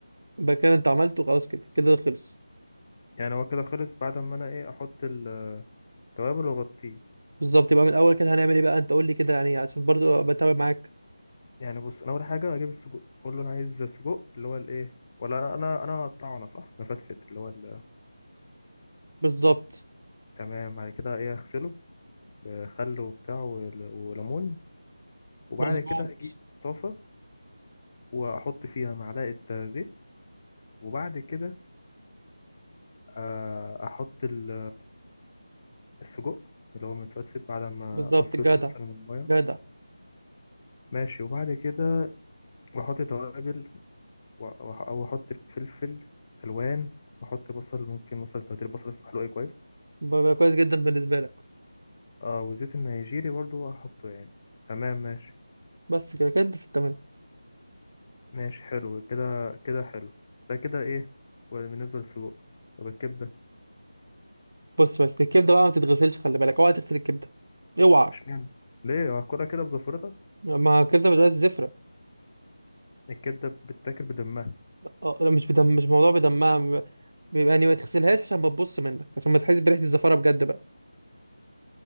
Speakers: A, on the right; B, on the left.
A: يبقى كده انت عملته خلاص كده كده خلص
B: يعني هو كده خلص بعد ما انا ايه احط التوابل واغطيه
A: بالظبط يبقى من الاول كده هنعمل ايه بقى انت قول لي كده يعني عشان برضو بتابع معاك
B: يعني بص انا اول حاجه اجيب السجق اقول له انا عايز سجق اللي هو الايه ولا انا انا انا اقطعه انا صح مفتفت اللي هو ال-
A: بالظبط
B: تمام بعد كده ايه اغسله بخل وبتاع ول- وليمون وبعد
A: مظبوط
B: كده اجيب طاسه واحط فيها معلقه زيت وبعد كده آه، احط ال السجق اللي هو متفتفت بعد ما
A: بالظبط
B: صفيته
A: جدع
B: مثلا من الميه
A: جدع
B: ماشي وبعد كده بحط توابل و- وأح- او احط فلفل الوان واحط بصل ممكن مثلا تلاتين بصل في حلوقي كويس
A: بقى كويس جدا بالنسبه لك
B: اه والزيت النيجيري برضو هحطه يعني تمام ماشي
A: بس كده كده انت في التمام
B: ماشي حلو كده كده حلو ده كده ايه وبالنسبه للسجق طب الكبده
A: بص بس الكبده بقى ما تتغسلش خلي بالك اوعى تغسل الكبده اوعى
B: اشمعنى ليه هاكلها كده بزفرتها
A: ما الكبده بتبقى زفره
B: الكبده بتتاكل بدمها
A: اه لا، مش بدم مش موضوع بدمها بيبقى بيبقى يعني ما تغسلهاش عشان ما تبص منك عشان ما تحس بريحه الزفاره بجد بقى